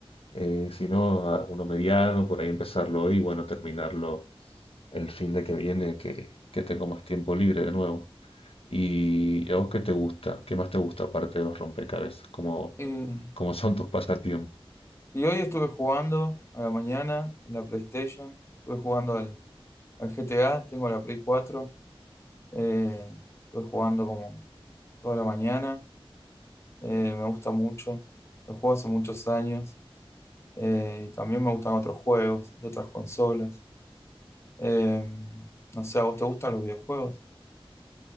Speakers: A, on the left; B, on the left.
A: eh, si no, a- uno mediano, por ahí empezarlo hoy y bueno, terminarlo el fin de que viene, que, que tengo más tiempo libre de nuevo. ¿Y a vos qué te gusta? ¿Qué más te gusta aparte de los rompecabezas? ¿Cómo,
B: Y
A: cómo son tus pasatiempos?
B: Y hoy estuve jugando a la mañana en la PlayStation, estuve jugando al, al GTA, tengo la Play cuatro eh, estuve jugando como toda la mañana, eh, me gusta mucho, lo juego hace muchos años, eh, y también me gustan otros juegos de otras consolas. Eh, no sé, ¿a vos te gustan los videojuegos?